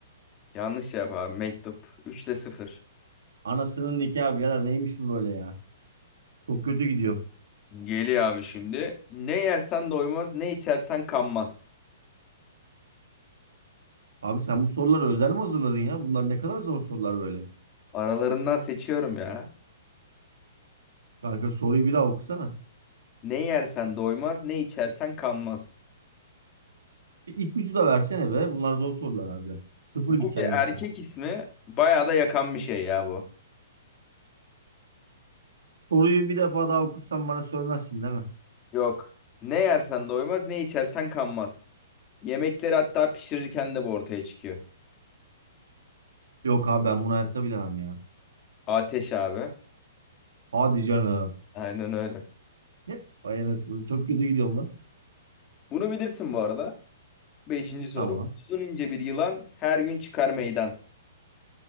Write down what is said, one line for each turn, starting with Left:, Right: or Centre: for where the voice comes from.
Left: Yanlış cevap abi. Mektup. 3'te sıfır
Right: Anasının nikahı birader neymiş bu böyle ya? Çok kötü gidiyor.
Left: Geliyor abi şimdi. Ne yersen doymaz, ne içersen kanmaz.
Right: Abi sen bu soruları özel mi hazırladın ya? Bunlar ne kadar zor sorular böyle.
Left: Aralarından seçiyorum ya.
Right: Kanka soruyu bir daha okusana.
Left: Ne yersen doymaz, ne içersen kanmaz.
Right: Bir ipucu da versene be. Bunlar zor sorular abi. Sıfır
Left: Bu
Right: gideceğim
Left: bir erkek
Right: yoksa.
Left: ismi. Bayağı da yakan bir şey ya bu.
Right: Soruyu bir defa daha okursan bana sövmezsin değil mi?
Left: Yok. Ne yersen doymaz, ne içersen kanmaz. Yemekleri hatta pişirirken de bu ortaya çıkıyor.
Right: Yok abi ben bunu hayatta bilemem ya.
Left: Ateş abi.
Right: Hadi canım.
Left: Aynen öyle.
Right: <laughs> Vay anasını. Çok kötü gidiyorum lan.
Left: Bunu bilirsin bu arada. Beşinci soru.
Right: Tamam.
Left: Uzun ince bir yılan her gün çıkar meydan.